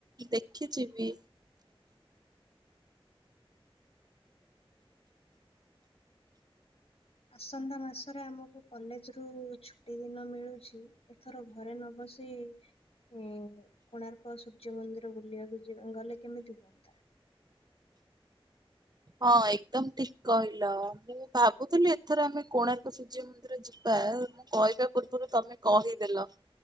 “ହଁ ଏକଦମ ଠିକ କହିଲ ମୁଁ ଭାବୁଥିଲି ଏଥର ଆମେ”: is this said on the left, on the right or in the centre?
Right